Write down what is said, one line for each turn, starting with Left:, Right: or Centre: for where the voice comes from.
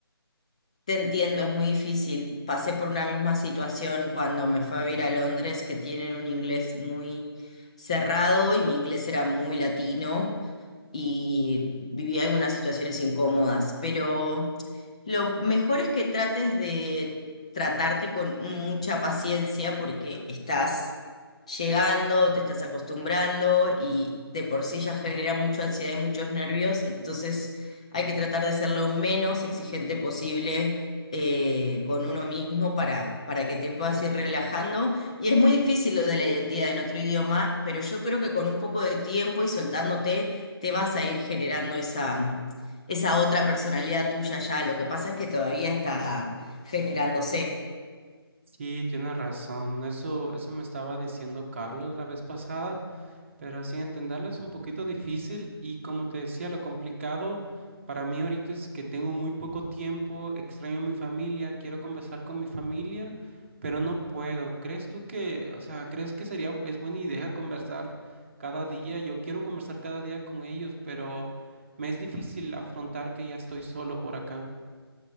Left: Te entiendo, es muy difícil. Pasé por una misma situación cuando me fui a vivir a Londres, que tienen un inglés muy cerrado y mi inglés era muy latino y viví algunas situaciones incómodas, pero lo mejor es que trates de tratarte con mucha paciencia porque estás llegando, te estás acostumbrando y de por sí ya genera mucha ansiedad y muchos nervios, entonces hay que tratar de ser lo menos exigente posible. eh, con uno mismo para, para que te puedas ir relajando. Y es muy difícil lo de la identidad en otro idioma, pero yo creo que con un poco de tiempo y soltándote, te vas a ir generando esa, esa otra personalidad tuya ya. Lo que pasa es que todavía está generándose.
Right: Sí, tienes razón. Eso, eso me estaba diciendo Carlos la vez pasada. Pero así entenderla es un poquito difícil y como te decía, lo complicado para mí ahorita es que tengo muy poco tiempo, extraño a mi familia, quiero conversar con mi familia, pero no puedo. ¿Crees tú que, o sea, crees que sería, es buena idea conversar cada día? Yo quiero conversar cada día con ellos, pero me es difícil afrontar que ya estoy solo por acá.